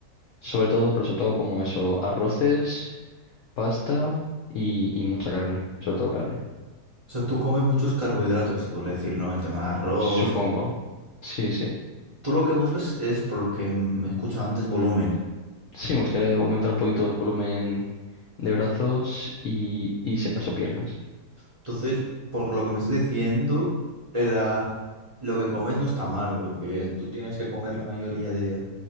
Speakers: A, on the left (about 70°); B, on the right (about 35°).
A: sobre todo, pero sobre todo como eso, arroces, pasta y, y mucha carne, sobre todo carne,
B: O sea, tú comes muchos carbohidratos, se podría decir, ¿no? El tema de arroz.
A: supongo.
B: es-
A: Sí, sí.
B: Tú lo que buscas es, por lo que me he escuchado antes, volumen.
A: Sí, me gustaría aumentar un poquito el volumen de brazos y, y si acaso piernas.
B: Entonces, por lo que me estás diciendo, la... lo que comes no está mal, porque tú tienes que comer la mayoría de